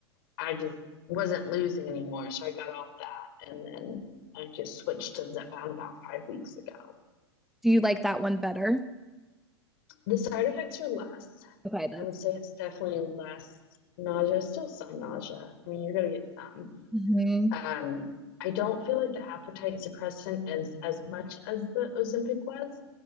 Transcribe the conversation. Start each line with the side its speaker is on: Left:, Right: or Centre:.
Left: I just wasn't losing anymore. So I got off that and then I just switched to Zepbound about five weeks ago.
Centre: you like that one better?
Left: The side effects are less.
Centre: Okay, that's.
Left: I would say it's definitely less nausea, still some nausea. I mean, you're going to get some.
Centre: hmm
Left: Um, I don't feel like the appetite suppressant is as much as the Ozempic was,